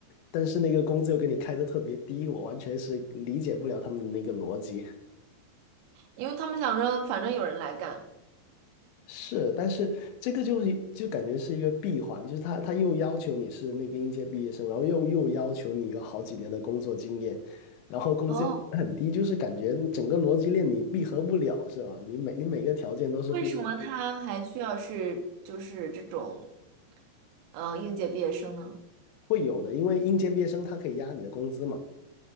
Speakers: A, on the left; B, on the right.
A: 但是那个工资又给你开的特别低，我完全是理解不了他们的那个逻辑。
B: <laughs> 因为他们想着反正有人来干。
A: 是，但是这个就是就感觉是一个闭环，就是他他又要求你是那个应届毕业生，然后又又要求你有好几年的工作经验，然后工资又很低，
B: 哦，
A: 就是感觉整个逻辑链你闭合不了，是吧？你每你每个条件都是互相
B: 为什么他还需要是就是这种，嗯、应届毕业生呢？
A: 会有的，因为应届毕业生他可以压你的工资嘛，